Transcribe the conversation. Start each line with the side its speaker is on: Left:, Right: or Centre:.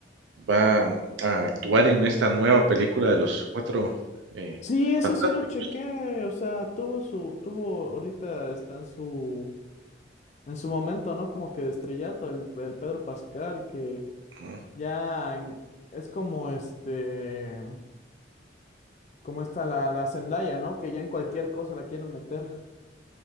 Right: va a actuar en esta nueva película de los cuatro eh,
Left: Sí, eso
Right: fantásticos.
Left: sí lo chequé, o sea, tuvo su, tuvo, ahorita está en su, en su momento, ¿no? Como que de estrellato, el, el Pedro Pascal, que
Right: ¿no?
Left: ya en- es como este, como está la, la Zendaya, ¿no? Que ya en cualquier cosa la quieren meter.